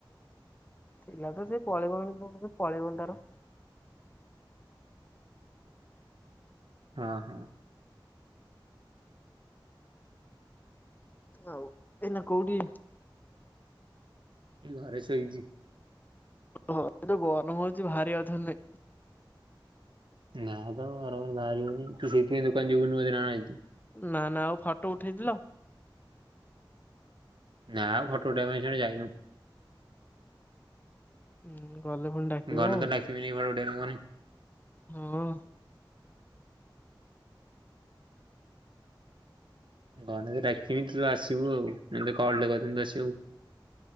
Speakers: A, on the left (about 20°); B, on the right (about 65°).
A: ଥିଲା ତ ସେ ପଳେଇଗ ପଳେଇଗନ ତାର।
B: ହଁ ହଁ।
A: ଆଉ ଏନା କଉଠି?
B: ଏଇ ଘରେ ଶୋଇଛି।
A: ଏ ଗରମ ହଉଛି ଭାରି ଅଥର ନେ
B: ନାଁଦ ଗରମ ରେ ବାହାରି ହୋଉନି। <unintelligible>
A: ନା ନା ଆଉ ଫଟୋ ଉଠେଇଥିଲ?
B: ନା ଫଟୋ ଉଠେଇବା କୁ ସିଆଡେ ଯାଇନୁ।
A: ହୁଁ। ଗଲେ ପୁଣି ଡାକିବ
B: ଘନ
A: ଆଉ
B: ତ ଡାକିବିନି ଘର। ଦେଢ଼ହୁଁ।
A: ହଁ।
B: ଘଲେକ ଡାକିବି ତୁ ଆସିବୁ ଆଉ ମେେ କିଲେ କମତି ଆସିବୁ।